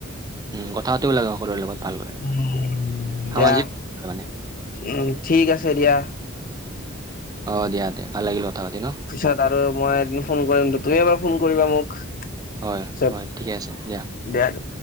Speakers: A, on the right; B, on the left.
A: উম কথা পাতিব লাগে সকলোৰে লগত। ভাল কৰে
B: উম
A: সামাজিক
B: দিয়া,
A: মানে
B: উম ঠিক আছে দিয়া।
A: অ' দিয়া তে, ভাল লাগিল কথা পাতি ন?
B: পিছত আৰু মই এদিন ফোন কৰিম, তুমি এবাৰ ফোন কৰিবা মোক।
A: হয়,
B: পিছত
A: হয়, ঠিকে আছে দিয়া।
B: দিয়া তে